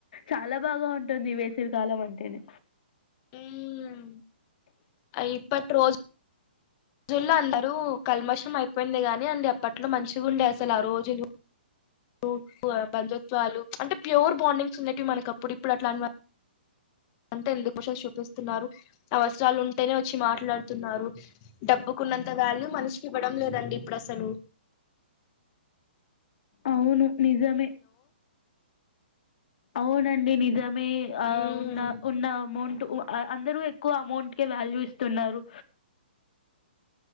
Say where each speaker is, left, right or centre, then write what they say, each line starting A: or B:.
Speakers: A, on the left; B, on the left.
A: చాలా బాగా ఉంటుంది వేసవి కాలం అంటేనే.
B: ఉమ్మ్. ఆ ఇప్పట్ రోజ్ జుల్లో అందరూ కల్మషం అయిపోయింది గాని అండి, అప్పట్లో మంచిగా ఉండే అసల్ ఆ రోజులు. ఉ ఉ బంధుత్వాలు. అంటే ప్యూర్ బాండింగ్స్ ఉండేటివి మనకి అప్పుడు. ఇప్పుడు అట్లాన్ వాట్ అంతా ఎందుకోషన్స్ చూపిస్తున్నారు. అవసరాలు ఉంటేనే వచ్చి మాట్లాడ్ తున్నారు. డబ్బు కున్నంత వాల్యూ, మనిషికి ఇవ్వడం లేదండి ఇప్పుడసలు.
A: అవును, నిజమే. అవునండి నిజమే. ఆ
B: మ్మ్
A: ఉన్న ఉన్న అమౌంట్ టు. అందరూ ఎక్కువ అమౌంట్కే వాల్యూ ఇస్తున్నారు.